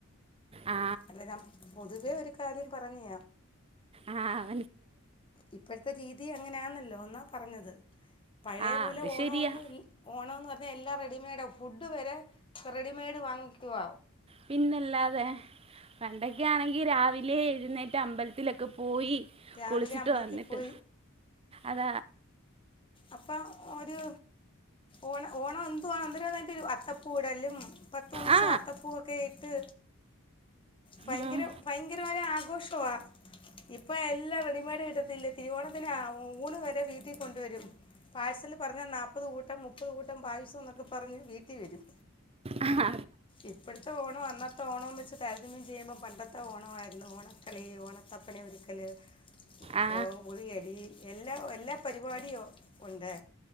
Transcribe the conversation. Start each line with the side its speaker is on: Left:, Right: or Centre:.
Right: ആ
Left: അല്ല ഞാൻ പൊതുവേ ഒരു കാര്യം പറഞ്ഞിയാം
Right: ആഹ
Left: ഇപ്പഴത്തെ രീതി അങ്ങനെയാണല്ലോ പറഞ്ഞത് പഴയ
Right: ആ
Left: പോലെ
Right: അത്
Left: ഓണം
Right: ശരിയാ
Left: ഓണംന്ന് പറ അ എല്ലാം റെഡിമെയ്ഡ് ആും ഫുഡ് വരെ റെഡിമെയ്ഡ് വാങ്ങിക്കുവ
Right: പിന്നല്ലാതെ പണ്ടൊക്കൊണെങ്കി രാവിലെ എഴുന്നേറ്റ അമ്പലത്തി ട്ടൊക്കെ പോയി
Left: രാവിലെ
Right: കുളിച്ചിട്ട്
Left: അമ്പലത്തിൽ
Right: വന്നിട്ട്
Left: പോയി
Right: അത
Left: അപ്പം ഒരു ഓണ ഓണം എന്തുവാന്ദരം അതിന്റെ ഒരു അത്തപ്പൂ ഇൂടല്ലും പത്ത് ദിവസം
Right: ആ
Left: അത്തപ്പൂവൊക്കെ ഇട്ട് ഭയങ്കര
Right: ഉം.
Left: ഭയങ്കരമായി ആഘോഷവാ ഇപ്പൊ എല്ലാവ ടിമേട് കിട്ടത്തില്ല തിരുവോണത്തിന് ഊണ് വരെ വീട്ടിൽ കൊണ്ടുവരും പാഴ്സല് പറഞ്ഞാൽ നാല്പ്പത് കൂട്ടം മുപ്പത് കൂട്ടം പായസം എന്നൊക്കെ പറഞ്ഞ് വീട്ട വരും
Right: ആഹ
Left: ഇപ്പടത്തെ ഓണോ അന്നത്തെ ഓണം വെച്ച തരതമ്യം ചെയ്യുമ്പോ പണ്ടത്തെ ഓണമായിരുന്നു ഓണക്കളി ഓണത്തപ്പന ഒരിക്കല്
Right: ആ
Left: ഓ ഉറിയടി എല്ലാ എല്ലാ പരിപാടിയും ഉണ്ട്